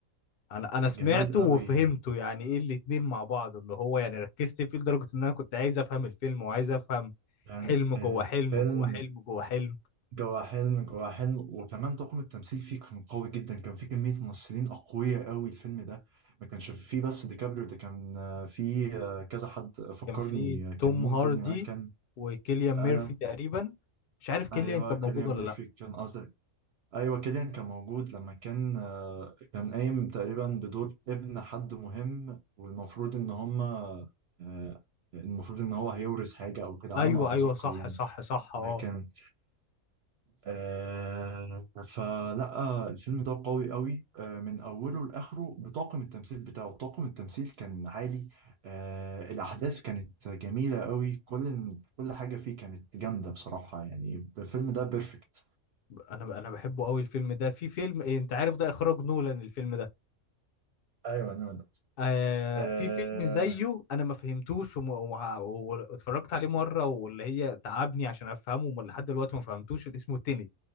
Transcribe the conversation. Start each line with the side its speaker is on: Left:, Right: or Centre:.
Left: انا انا سمعته
Right: جميل
Left: وفهمته
Right: قوي
Left: يعني ايه الاتنين مع بعض اللي هو يعني ركزت فيه لدرجه ان انا كنت عايز افهم الفيلم وعايز افهم
Right: يعني
Left: حلم جوه
Right: الفيلم
Left: حلم جوه حلم جوه حلم
Right: جوا حلم جوا حلم وكمان طاقم التمثيل فيه كان قوي جدا كان فيه كمية ممثلين أقوياء قوي الفيلم ده ما كانش فيه بس ديكابريو ده كان آه، فيه آه، كذا حد فكرني
Left: كان في
Right: آه، كان
Left: توم
Right: مين
Left: هاردي
Right: تاني معاه كان
Left: وكيليان
Right: آه،
Left: ميرفي تقريبا مش عارف كيليان
Right: أيوه
Left: كان
Right: كيليان
Left: موجود ولا
Right: ميرفي
Left: لا
Right: كان قصدي أيوه كيليان كان موجود لما كان آه، كان قايم تقريبا بدور ابن حد مهم والمفروض إن هما آه، المفروض إن هو هيورث حاجة أو كده على
Left: ايوه
Right: ما أتذكر
Left: ايوه صح
Right: يعني
Left: صح صح
Right: لكن
Left: اه
Right: آه فلا الفيلم ده قوي قوي آه من اوله لاخره بطاقم التمثيل بتاعه طاقم التمثيل كان عالي آه الاحداث كانت جميله قوي كل كل حاجه فيه كانت جامده بصراحه يعني الفيلم ده بيرفكت
Left: انا ب- انا بحبه قوي الفيلم ده في فيلم إيه، انت عارف ده اخراج نولان الفيلم ده
Right: ايوه ايوه ده
Left: آه
Right: آه
Left: في فيلم زيه انا ما فهمتوش وم- وع- واتفرجت عليه مره واللي هي تعبني عشان افهمه وما- لحد دلوقتي ما فهمتوش اللي اسمه تينت